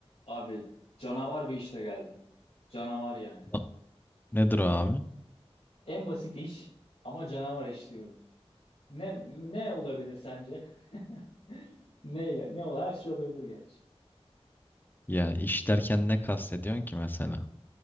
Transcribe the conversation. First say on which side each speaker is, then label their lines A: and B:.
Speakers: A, on the left; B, on the left.
A: Abi canavar bir işle geldim. Canavar yani.
B: A- Nedir o abi?
A: En basit iş ama canavar iş diyorum. Ne ne olabilir sence? <laughs> Neyle? Ne ol? Her şey olabilir gerçi.
B: Ya iş derken ne kastediyorsun ki mesela?